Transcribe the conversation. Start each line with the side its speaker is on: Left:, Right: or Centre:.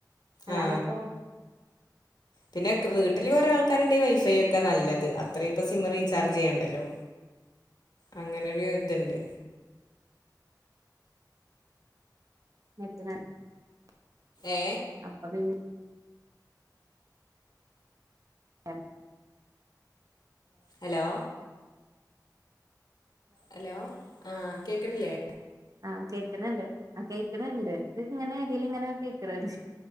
Right: അല്ലാതെപ്പോ
Left: ആ പിന്നെ ക്ക് വീട്ടില് കുറെ ആൾക്കാരുണ്ടെ വൈഫൈ വെക്കാ നല്ലത് അത്രയും ഇപ്പം സിം റീചാർജ് ചെയ്യണ്ടല്ലോ അങ്ങനൊരു ഇത്ണ്ട്
Right: <unintelligible>
Left: ഏ
Right: അപ്പൊ പിന്നെ എൻ
Left: ഹലോ ഹലോ ആ കേക്കണില്ലേ
Right: ആ കേക്കണ് ണ്ട് ആ കേക്കണ് ണ്ട് ഇങ്ങനെ ഡെയിലി ഇങ്ങനാ കേക്കണത്